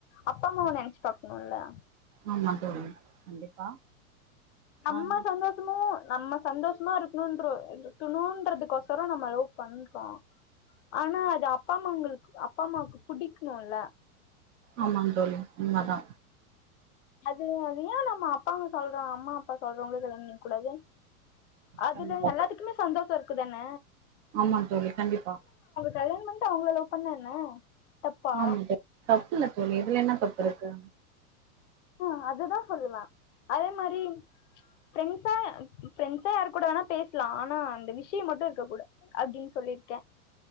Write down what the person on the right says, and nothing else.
ஆமா தோழி கண்டிப்பா
ஆ
ஆமாந் தோழி உண்மதா
கண்டிப்பா
தோழி.
ஆமா தோழி கண்டிப்பா
ஆமா த தப் இல்ல தோழி இதுல என்ன தப்பு இருக்கு